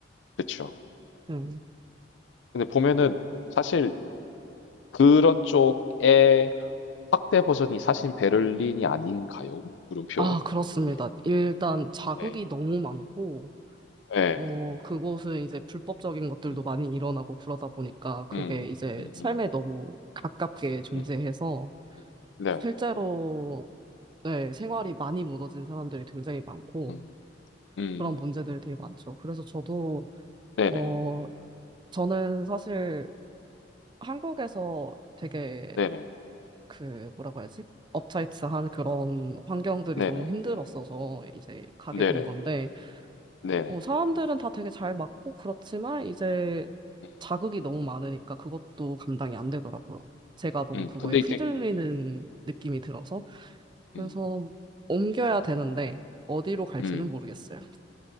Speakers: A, on the left (about 85°); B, on the right (about 25°).
A: 그쵸.
B: 네.
A: 근데 보면은 사실 그런 쪽에 확대 버전이 사실 베를린이 아닌가요? 물음표.
B: 아, 그렇습니다.
A: 이게
B: 일단 자극이
A: 예.
B: 너무 많고,
A: 예.
B: 어, 그곳은 이제 불법적인 것들도
A: 음.
B: 많이 일어나고 그러다 보니까 그게
A: 음.
B: 이제
A: 음.
B: 삶에
A: 음.
B: 너무 가깝게 존재해서
A: 음. 음. 네.
B: 실제로 네, 생활이 많이 무너진 사람들이 굉장히 많고,
A: 음. 음.
B: 그런 문제들이 되게 많죠. 그래서 저도,
A: 네네.
B: 어, 저는 사실 한국에서 되게
A: 네네.
B: 그, 뭐라고 해야지? 업차이츠한 그런 환경들이
A: 네네.
B: 너무 힘들었어서 이제 가게
A: 네네.
B: 된 건데,
A: 네네.
B: 어, 사람들은 다 되게 잘 맞고 그렇지만 이제
A: 음.
B: 자극이 너무 많으니까 그것도 감당이 안 되더라고요. 제가 너무
A: 음.
B: 그거에
A: 근데 이제
B: 휘둘리는 느낌이 들어서, 그래서
A: 음.
B: 옮겨야 되는데, 어디로 갈지는
A: 음.
B: 모르겠어요.